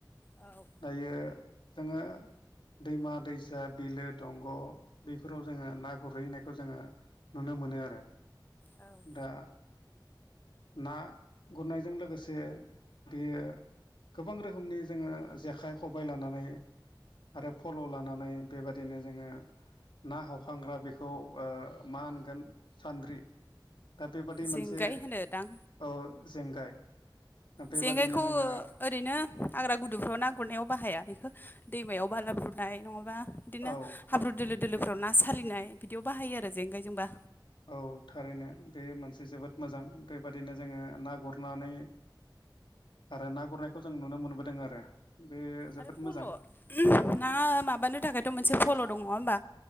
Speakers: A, on the left; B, on the left.
A: औ
B: दायो जोङो दैमा दैसा बिलो दंग' बेफोराव जोङो ना गुरहैनायखौ जोङो नुनो मोनो आरो
A: औ
B: दा ना गुरनायजों लोगोसे बेयो गोबां रोखोमनि जोङो जेखाइ खबाय लानानै आरो फल' लानानै बेबादिनो जोङो ना हखांग्रा बेखौ खौ मा होनगोन सान्द्रि दा बेबादि
A: जेंगाय
B: मोनसे
A: होनोदां
B: औ जेंगाय बेबादिनो
A: जेंगायखौ
B: जोङो
A: ओरैनो हाग्रा गुदुंफ्राव ना गुरनायाव बाहाया बेखौ दैमायाव बाला गुरनाय नङाबा बिदिनो
B: औ
A: हाब्रु दोलो दोलोफ्राव ना सालिनाय बिदियाव बाहायो आरो जेंगायजोंबा
B: औ थारैनो बे मोनसे जोबोद मोजां बेबादिनो जोङो ना गुरनानै आरो ना गुरनायखौ जों नुनो मोनबोदों आरो बे जोबोद
A: आरो फल'
B: मोजां
A: ना माबानो थाखायथ' मोनसे फल' दङ होमबा